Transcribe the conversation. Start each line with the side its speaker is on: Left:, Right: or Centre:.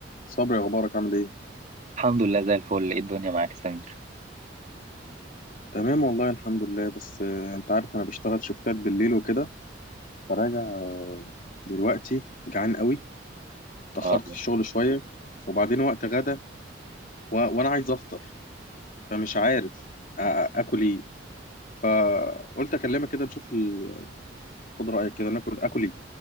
Left: صبري اخبارك عامل ايه
Right: الحمد لله زي الفل ايه الدنيا معاك يا سمير
Left: تمام والله الحمد لله بس آه، انت عارف انا بشتغل شفتات بالليل وكده فراجع دلوقتي جعان قوي اتاخرت
Right: آه.
Left: في الشغل شويه وبعدين وقت غدا و... وانا عايز افطر فمش عارف آ- آ- اكل ايه فقلت اكلمك كده نشوف ال... خد رايك كده ناكل اكل ايه